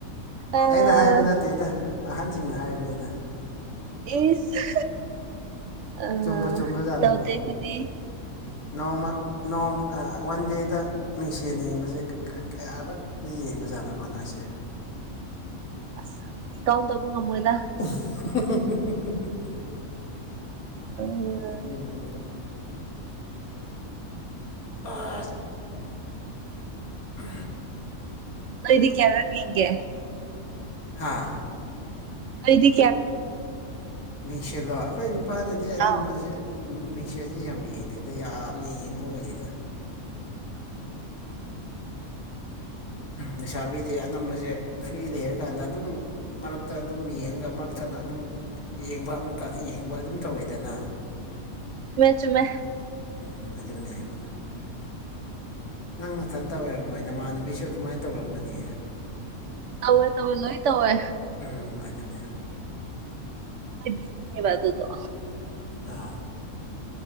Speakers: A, on the right; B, on the left.
A: ꯑꯥ
B: ꯑꯩꯅ ꯍꯥꯏꯕ ꯅꯠꯇꯦꯗ ꯑꯍꯟꯁꯤꯡꯅ ꯍꯥꯏꯕꯅꯦꯗ
A: ꯏꯁ ꯑ
B: ꯆꯨꯝꯕꯨ ꯆꯨꯝꯕ ꯖꯥꯠꯂꯀꯣ
A: ꯇꯧꯗ ꯈꯨꯗꯤ꯫
B: ꯅꯣꯡꯃ ꯅꯣ ꯋꯥꯟ ꯗꯦꯗ ꯃꯤꯡꯁꯦꯟ ꯌꯦꯡꯕꯁꯦ ꯀꯌꯥꯔꯛꯗꯤ ꯌꯦꯡꯕꯖꯥꯠꯅꯣꯀꯣ ꯅꯣꯏꯁꯦ
A: <unintelligible> ꯇꯣꯟ ꯇꯕꯨꯨꯡ ꯉꯃꯣꯏꯗ
B: <unintelligible>
A: ꯎꯝ
B: ꯑꯗꯨꯅꯦꯕ ꯑ ꯑ
A: ꯑꯩꯗꯤ ꯀꯌꯥꯔꯛ ꯌꯦꯡꯒꯦ
B: ꯍꯥꯥ
A: ꯑꯩꯗꯤ
B: ꯃꯤꯡꯁꯤꯜꯂꯣ ꯑꯩꯈꯣꯏ ꯅꯨꯄꯥꯅꯗꯤ ꯑꯅꯝꯕꯁ
A: ꯑꯥꯎ
B: <unintelligible> ꯃꯤꯛꯆꯔꯁꯤꯦ ꯌꯥꯝ ꯌꯦꯡꯗꯦꯗ ꯌꯥꯝꯅ ꯌꯦꯡꯕ ꯑꯣꯏꯔꯦꯗ ꯂꯩꯁꯥꯕꯤꯗꯤ ꯑꯅꯝꯕꯁꯦ ꯐ꯭ꯔꯤ ꯂꯩꯔꯀꯥꯟꯗ ꯑꯗꯨꯝ ꯃꯔꯛꯇ ꯑꯗꯨꯝ ꯌꯦꯡꯉꯒ ꯃꯔꯛ ꯊꯠꯅ ꯑꯗꯨꯝ ꯌꯦꯡꯕ ꯑꯃꯨꯛꯀ ꯌꯦꯡꯕ ꯑꯗꯨꯝ ꯇꯧꯋꯦꯗꯅ
A: ꯆꯨꯃꯦ ꯆꯨꯨꯃꯦ
B: ꯎꯝ ꯑꯗꯨꯅꯦꯕ ꯅꯪ ꯅꯊꯟ ꯇꯧꯔꯝ ꯃꯣꯏ ꯅꯃꯟ ꯅꯕꯤꯁꯨ ꯑꯗꯨꯃꯥꯏꯅ ꯇꯧꯔꯝꯒꯅꯤ
A: ꯇꯋꯦ ꯇꯋꯦ ꯂꯣꯏ ꯇꯧꯋꯦ꯫
B: ꯎꯝ ꯑꯗꯨꯅꯦ
A: <unintelligible> ꯑꯗꯨꯗ
B: ꯑꯥ